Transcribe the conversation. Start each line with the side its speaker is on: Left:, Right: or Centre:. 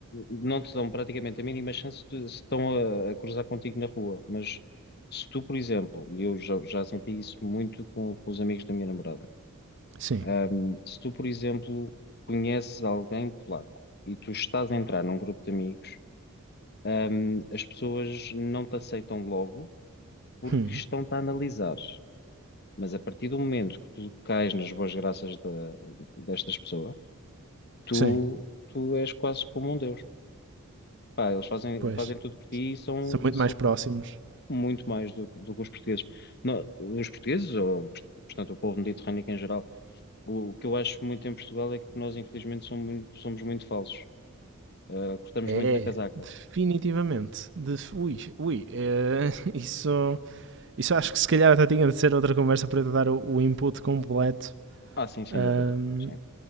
Left: não te dão praticamente a mínima chance de, se estão a, a cruzar contigo na rua. Mas se tu, por exemplo, e eu já, já senti isso muito com, com os amigos da minha namorada,
Right: Sim.
Left: ah, se tu, por exemplo, conheces alguém polaco e tu estás a entrar num grupo de amigos, ah, as pessoas não te aceitam logo porque
Right: Hum.
Left: estão-te a analisar. Mas a partir do momento que tu cais nas boas graças da- destas pessoas, tu,
Right: Sim.
Left: tu és quase como um deus. Pá, eles fazem,
Right: Pois.
Left: fazem tudo por ti e são,
Right: São muito
Left: são
Right: mais próximos.
Left: muito mais do, que- do que os portugueses. Não, os portugueses, ou, portanto, o povo mediterrâneo em geral, o, o que eu acho muito em Portugal é que nós, infelizmente, somos muito, somos muito falsos. Ah, cortamos
Right: É,
Left: muito na casaca.
Right: definitivamente. De, ui, ui. é, <laughs> isso, isso acho que se calhar até tinha de ser outra conversa para eu te dar o, o input completo.
Left: Ah, sim, sem
Right: Ahm,
Left: dúvida. Sim.